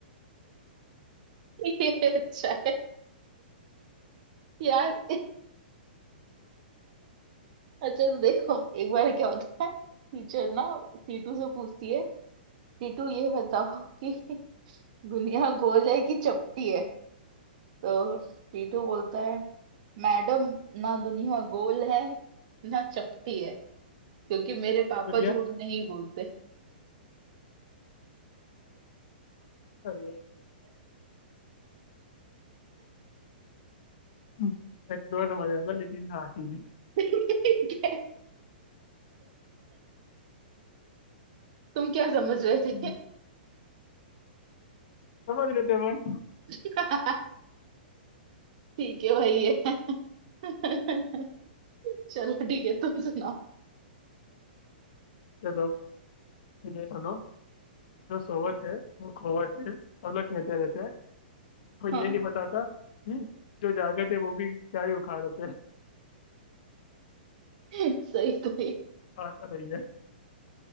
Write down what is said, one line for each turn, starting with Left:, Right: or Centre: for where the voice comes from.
Right: ये अच्छा है यार अच्छा तो देखो एक बार क्या होता है टीचर ना टीटू से पूछती है टीटू ये बताओ कि दुनिया गोल है कि चपटी है तो टीटू बोलता है मैडम ना दुनिया गोल है ना चपटी है क्योंकि मेरे पापा
Left: दुनिया
Right: झूठ नहीं बोलते
Left: सही है हम्म, मैं कुछ और समझ रहा था लेकिन हाँ ठीक
Right: <laughs> ठीक है तुम क्या समझ रहे
Left: है
Right: थे
Left: समझ लेते हैं मैं
Right: <laughs> ठीक है भाई ये <laughs> चलो ठीक है तुम सुनाओ
Left: चलो तो ये सुनो जो सोवत है वो खोवत है सब लोग कहते रहते हैं कोई
Right: हाँ
Left: ये नहीं बताता कि जो जागत है वो भी क्या ही उखाड़ते हैं
Right: सही सही
Left: बात तो सही है